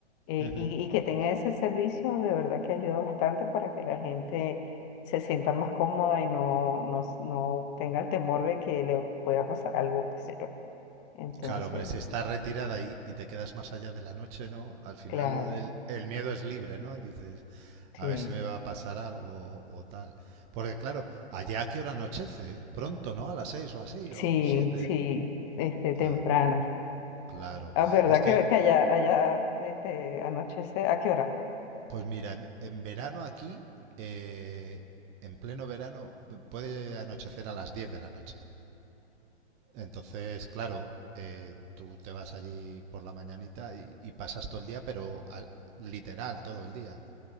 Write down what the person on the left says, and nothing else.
Eh,
y, y que tenga ese servicio de verdad que ayuda bastante para que la gente se sienta más cómoda y no, no, s- no tenga el temor de que le pueda pasar algo, qué sé yo. Entonces,
claro,
sí,
sí,
sí, este, temprano.
Es verdad
que, que allá, allá, este, anochece, ¿a qué hora?